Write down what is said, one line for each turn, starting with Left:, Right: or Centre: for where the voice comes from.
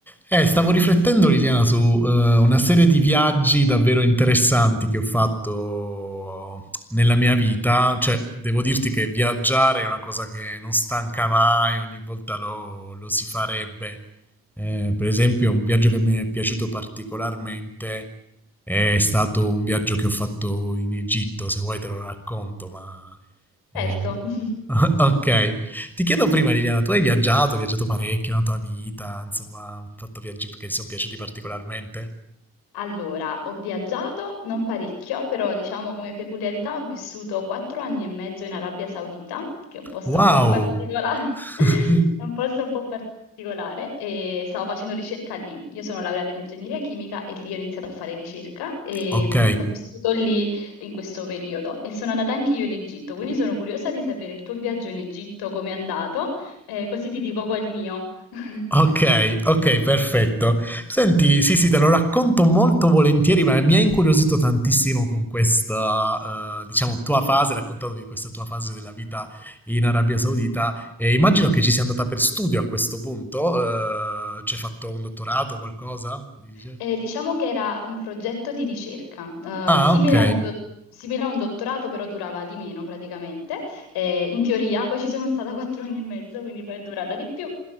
Centre: Eh, stavo riflettendo, Liliana, su eh, una serie di viaggi davvero interessanti che ho fatto nella mia vita. Cioè, devo dirti che viaggiare è una cosa che non stanca mai, ogni volta lo, lo si farebbe. Eh, per esempio, un viaggio che mi è piaciuto particolarmente è stato un viaggio che ho fatto in Egitto. Se vuoi te lo racconto, ma... eh,
Left: Certo. <laughs>
Centre: Ok, ti chiedo prima Liliana, tu hai viaggiato, hai viaggiato parecchio nella tua vita, insomma, hai fatto viaggi che ti sono piaciuti particolarmente?
Left: Allora, ho viaggiato, non parecchio, però diciamo come peculiarità ho vissuto quattro anni e mezzo in Arabia Saudita, che è un posto
Centre: Wow!
Left: un po' particolare,
Centre: <laughs>
Left: <laughs> è un posto un po' particolare, e stavo facendo ricerca lì. Io sono laureata in ingegneria chimica e lì ho iniziato a fare ricerca e
Centre: Ok,
Left: mm, ho vissuto lì in questo periodo e sono andata anche io in Egitto, quindi sono curiosa di sapere il tuo viaggio in Egitto, come è andato, eh, così ti dico poi il mio. <laughs>
Centre: ok, ok, perfetto. Senti, sì, sì, te lo racconto molto volentieri, ma mi ha incuriosito tantissimo con questa, eh, diciamo, tua fase, raccontandomi questa tua fase della vita in Arabia Saudita. E immagino che ci sia andata per studio a questo punto, eh, ci hai fatto un dottorato o qualcosa? Dice?
Left: Eh, diciamo che era un progetto di ricerca,
Centre: Ah,
Left: eh, simile
Centre: ok,
Left: a un, do- simile a un dottorato, però durava di meno praticamente. Eh, in teoria, poi ci sono stata quattro anni e mezzo, quindi poi è durata di più.